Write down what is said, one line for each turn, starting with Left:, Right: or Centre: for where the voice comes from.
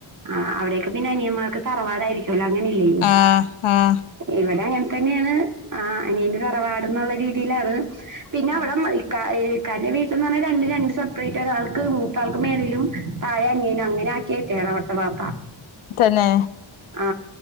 Right: ആ അവിടേക്കെ പിന്നനിയന്മാർക്ക് തറവാടായിരിക്കും ല്ല അങ്ങനെല്ലേ
Left: ആഹ് ആഹ്
Right: എവിടങ്ങ തന്നെയാണ് ആഅനിയനോരാ വാടന്നുള്ള രീതിയിലാണ് പിന്നെ
Left: ആഹ്
Right: അവിടം ഈ കായ്ൽ ഭാര്യ വീട്ടിന്നു പറഞ്ഞാൽ രണ്ട് രണ്ട് സംസ്ക്കാരം ആ ഒരാൾക്ക് മൂത്താൾക്ക് മേലിലും താഴേ അനിയനും <unintelligible> അങ്ങനെ ആക്കിയയിട്ടോണ് അവവിത്തെ വാപ്പ
Left: തന്നെ
Right: ആ